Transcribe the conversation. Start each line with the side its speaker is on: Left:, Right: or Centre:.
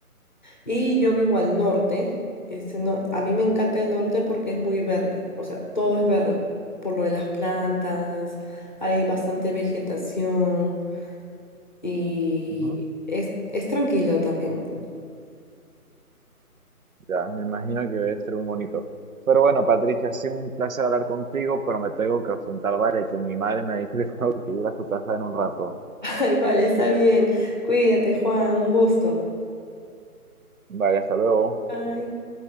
Left: Y yo vivo al norte. este no- a mí me encanta el norte porque es muy verde, o sea, todo es verde, por lo de las plantas, hay bastante vegetación. Y
Right: Ujú.
Left: es, es tranquilo también.
Right: Ya, me imagino que debe ser muy bonito. Pero bueno, Patricia, ha sido un placer hablar contigo, pero me tengo que ausentar, vale, que mi madre me ha dicho que <laughs> tengo que ir a su casa en un rato.
Left: <laughs> Ay, vale, está bien. Cuídate, Juan, un gusto.
Right: Vale, hasta luego.
Left: Bye.